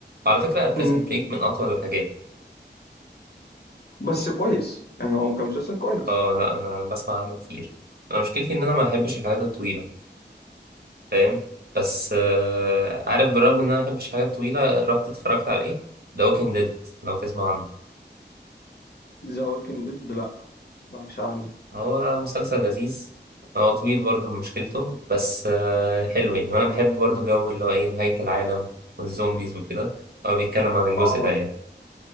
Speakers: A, on the right; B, on the left.
A: وعلى فكره بريزن
B: مم،
A: بريك من اطول الحاجات
B: بس كويس يعني هو كان مسلسل كويس
A: اه لا انا بسمع عنه كتير انا مشكلتي ان انا ما بحبش الحاجات الطويله فاهم بس آه عارف بالرغم ان انا ما بحبش الحاجات الطويله رحت اتفرجت على ايه ذا ووكينج ديد لو تسمع عنه
B: ذا ووكينج ديد لا ما اسمعش عنه
A: هو مسلسل لذيذ هو طويل برضو مشكلته بس آه، حلو يعني وانا بحب برضو جو اللي هو ايه نهاية العالم والزومبيز وكده هو بيتكلم عن الجزء
B: اه
A: ده يعني